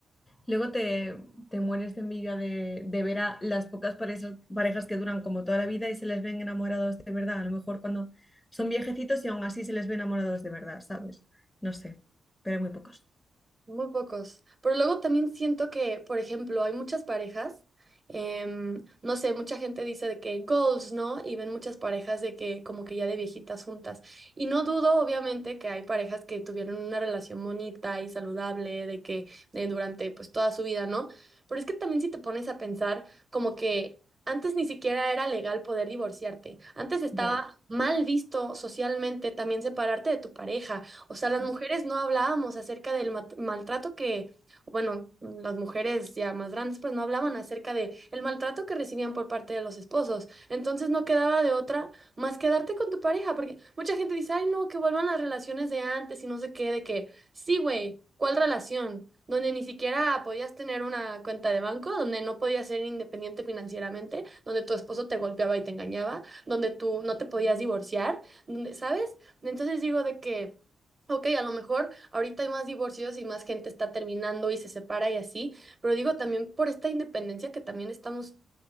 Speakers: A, on the left; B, on the right.
A: Luego te, te mueres de envidia de, de ver a las pocas parejas, parejas que duran como toda la vida y se les ven enamorados de verdad. A lo mejor cuando son viejecitos y aún así se les ve enamorados de verdad, ¿sabes? No sé, pero hay muy pocos.
B: Muy pocos. Pero luego también siento que, por ejemplo, hay muchas parejas, em, no sé, mucha gente dice de que goals, ¿no? Y ven muchas parejas de que como que ya de viejitas juntas. Y no dudo, obviamente, que hay parejas que tuvieron una relación bonita y saludable, de que de durante pues toda su vida, ¿no? Pero es que también si te pones a pensar como que... Antes ni siquiera era legal poder divorciarte. Antes estaba
A: Ya.
B: mal visto socialmente también separarte de tu pareja. O sea,
A: sí.
B: las mujeres no hablábamos acerca del mat- maltrato que, bueno, las mujeres ya más grandes pues no hablaban acerca de el maltrato que recibían por parte de los esposos. Entonces no quedaba de otra más quedarte con tu pareja, porque mucha gente dice, ay, no, que vuelvan las relaciones de antes y no sé qué, de que, sí, güey, ¿cuál relación? donde ni siquiera podías tener una cuenta de banco, donde no podías ser independiente financieramente, donde tu esposo te golpeaba y te engañaba, donde tú no te podías divorciar, donde, ¿sabes? Entonces digo de que Ok, a lo mejor ahorita hay más divorcios y más gente está terminando y se separa y así, pero digo también por esta independencia que también estamos